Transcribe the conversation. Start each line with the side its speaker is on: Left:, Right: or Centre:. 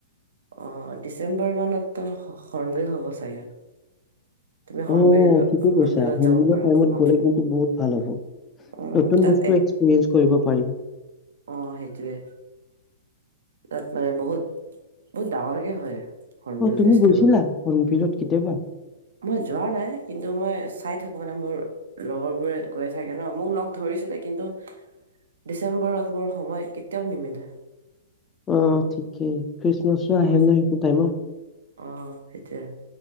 Right: অ', ডিচেম্বৰ মানত ত' হৰ্ণবিল হব চাগে। তুমি হৰ্ণবিল
Left: উম' ঠিকে
Right: হৰ্ণবিলত
Left: কৈছা, হৰ্ণবিলৰ
Right: যাব পাৰা
Left: টাইমত
Right: অ
Left: গ'লে কিন্তু বহুত ভাল হ'ব। নতুন
Right: উম তাত
Left: বস্তু
Right: এক
Left: এক্সপিৰিয়েঞ্চ কৰিব পাৰিম।
Right: অ' সেইটোৱে। তাত মানে বহুত, বহুত ডাঙৰকে হয়। হৰ্ণবিল
Left: অ' তুমি
Right: ফেষ্টিভেলটো
Left: গৈছিলা, হৰ্ণবিলত কেতিয়াবা?
Right: মই যোৱা নাই, কিন্তু মই চাই থাকো মানে মোৰ লগৰবোৰে গৈ থাকে ন, মোক লগ ধৰিছিলে কিন্তু ডিচেম্বৰত মোৰ সময় কেতিয়াও নিমিলে।
Left: অ' ঠিকেই, খ্ৰীষ্টমাছো আহে
Right: অ
Left: ন সেইটো টাইমত।
Right: অ' সেইটোয়ে।